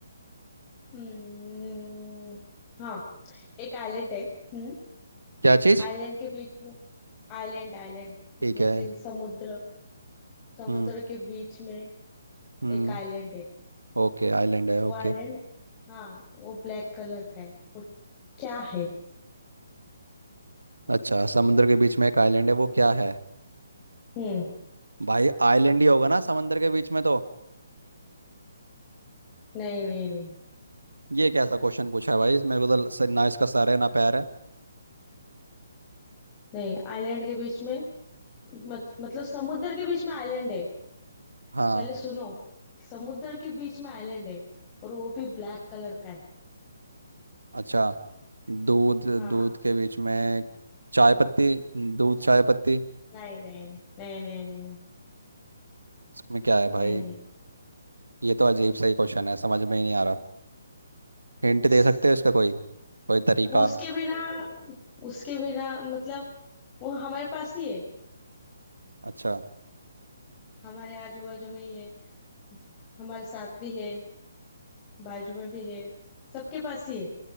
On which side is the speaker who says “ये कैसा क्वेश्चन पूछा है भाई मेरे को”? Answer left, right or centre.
Right